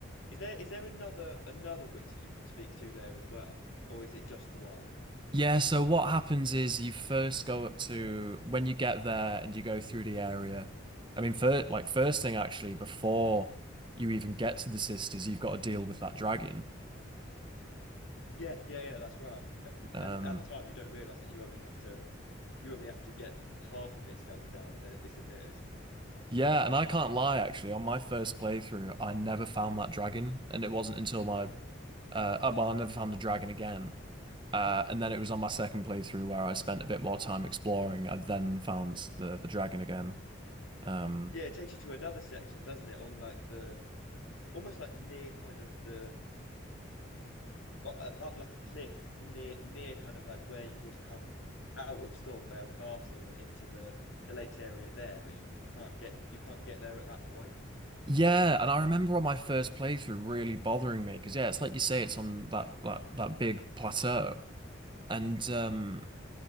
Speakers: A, on the left; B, on the right.
A: is there is there another another witch that you can speak to there as well, or is it just the one?
B: Yeah, so what happens is you first go up to when you get there and you go through the area. I mean, for like first thing actually, before you even get to the sisters, you've got to deal with that dragon.
A: Yeah, yeah, yeah, that's right.
B: Um,
A: And at the time, you don't realize that you only have to you only have to get half of its health down, and then it disappears.
B: Yeah, and I can't lie, actually, on my first playthrough, I never found that dragon, and it wasn't until my uh oh, well, I never found the dragon again. Uh, and then it was on my second playthrough where I spent a bit more time exploring. I then found the the dragon again. Um,
A: Yeah, it takes you to another section, doesn't it? On like the almost like near kind of the u- u- up like a cliff near near kind of like where you would come out of Stormvale Castle and into the the lakes area there, but you you can't get you can't get there at that point.
B: yeah, and I remember on my first playthrough really bothering me because yeah, it's like you say, it's on that that that big plateau, and um,